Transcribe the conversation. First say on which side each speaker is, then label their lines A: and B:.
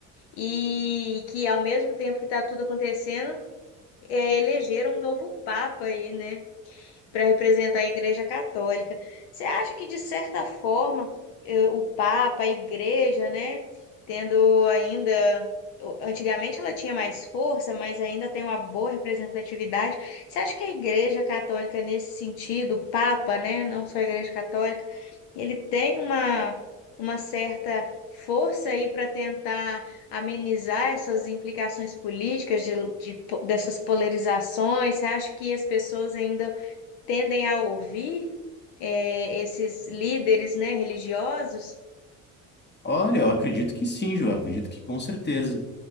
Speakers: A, on the left (about 65°); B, on the left (about 25°).
A: e que ao mesmo tempo que está tudo acontecendo, é, elegeram um novo papa aí, né? para representar a Igreja Católica. Você acha que, de certa forma, eh, o Papa, a Igreja, né, tendo ainda. o- Antigamente ela tinha mais força, mas ainda tem uma boa representatividade. Você acha que a Igreja Católica, nesse sentido, o Papa, né, não só a Igreja Católica, ele tem uma, uma certa força aí para tentar amenizar essas implicações políticas de, de po- dessas polarizações? Você acha que as pessoas ainda tendem a ouvir eh, esses líderes, né, religiosos
B: Olha, eu acredito que sim, Ju, eu acredito que com certeza,